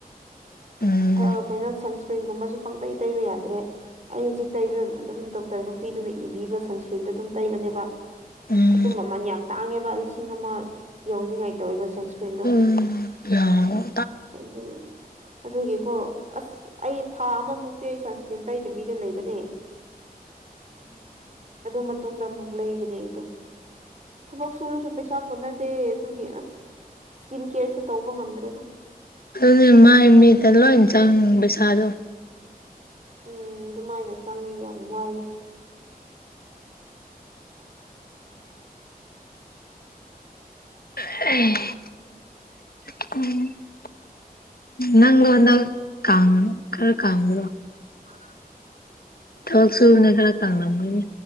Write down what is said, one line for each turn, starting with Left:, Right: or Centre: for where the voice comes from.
Left: ꯎꯝ
Right: ꯁꯔꯞ ꯀꯩꯅꯣ ꯁꯟꯁꯀ꯭ꯔꯤꯟꯒꯨꯝꯕꯖꯨ ꯄꯪ ꯇꯩ ꯇꯩꯕ ꯌꯥꯗ꯭ꯔꯦ ꯑꯩ ꯍꯧꯖꯤꯛ ꯇꯩꯕꯗ ꯑꯗꯨꯝ ꯗꯣꯛꯇꯔ ꯅꯨꯄꯤꯗꯨꯅ ꯏꯕꯤꯕ ꯁꯟꯁꯀ꯭ꯔꯤꯟꯗꯨ ꯑꯗꯨꯝ ꯇꯩꯕꯅꯦꯕ
Left: ꯎꯝ
Right: ꯑꯗꯨ ꯃꯃꯟ ꯌꯥꯝ ꯇꯥꯡꯉꯦꯕ ꯂꯤꯁꯤꯡ ꯑꯃ ꯌꯧꯅꯤꯡꯉꯥꯏ ꯇꯧꯋꯦꯕ ꯁꯟꯁꯀ꯭ꯔꯤꯟ
Left: ꯎꯝ ꯌꯥꯎ
Right: ꯑꯁ ꯑꯗꯨ ꯑꯗꯨꯒꯤꯀꯣ ꯑꯁ ꯑꯩ ꯊꯥ ꯑꯃꯃꯨꯛꯇꯤ ꯑꯩ ꯁꯟꯁꯀ꯭ꯔꯤꯟ ꯇꯩꯗꯕꯤꯗ ꯂꯩꯕꯅꯦ
Left: <inaudible>
Right: ꯑꯗꯨ ꯃꯇꯨꯡꯗ ꯑꯃꯨꯛ ꯂꯩꯕꯅꯦ ꯑꯩꯗꯣ ꯊꯕꯛ ꯁꯨꯔꯁꯨ ꯄꯩꯁꯥ ꯀꯣꯟꯅꯗꯦ ꯑꯗꯨꯒꯤ ꯑꯁ ꯏꯁꯀꯤꯟ ꯀꯦꯌꯔꯁꯨ ꯇꯧꯕ ꯉꯝꯗ꯭ꯔꯦꯗ
Left: ꯑꯗꯨꯅ ꯃꯥꯏ ꯃꯤꯠꯇ ꯂꯣꯏ ꯆꯪ ꯁꯥꯥꯗꯣ
Right: ꯎꯝ ꯑꯗꯨꯃꯥꯏꯅ ꯆꯪꯉꯦ ꯌꯥꯝ ꯋꯥꯏꯌꯦ
Left: <unintelligible> <unintelligible> ꯅꯪꯗꯣ ꯍꯟꯗꯛ ꯀꯥꯥꯡ ꯈꯔ ꯀꯥꯡꯕꯔꯣ
Right: <unintelligible>
Left: ꯊꯕꯛ ꯁꯨꯕꯅ ꯈꯔ ꯇꯥꯡꯂꯝꯒꯅꯤ